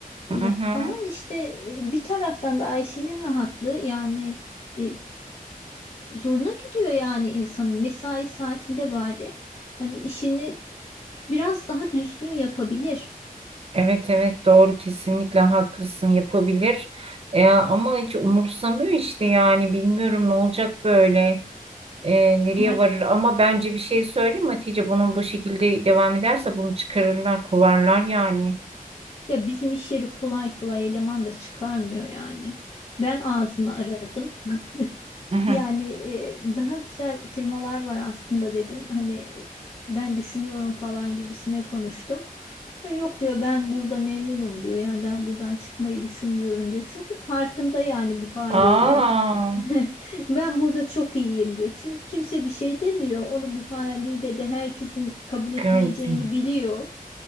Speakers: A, on the left; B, on the right.
A: E,
B: Hı hı.
A: ama işte e, bir taraftan da Ayşe'nin rahatlığı yani. e, zoruna gidiyor yani insanın mesai saatinde bari hani işini biraz daha düzgün yapabilir.
B: Evet evet doğru kesinlikle haklısın yapabilir E, ama hiç umursamıyor işte yani bilmiyorum ne olacak böyle E, nereye
A: Yani
B: varır ama bence bir şey söyleyeyim mi Hatice bunun bu şekilde devam ederse bunu çıkarırlar kovarlar yani.
A: ya bizim iş yeri kolay kolay eleman da çıkarmıyor yani. Ben ağzını aradım. <laughs>
B: Hı hı.
A: Yani e, daha güzel firmalar var aslında dedim. Hani e, ben düşünüyorum falan gibisine konuştum. E, Yok diyor ben burada memnunum diyor. Yani ben buradan çıkmayı düşünmüyorum diyor. Çünkü farkında yani bu haliyle.
B: Aa
A: <laughs> Ben burada çok iyiyim diyor. Çünkü kimse bir şey demiyor. Onu bu haliyle de herkesin kabul etmeyeceğini
B: gördüm.
A: biliyor.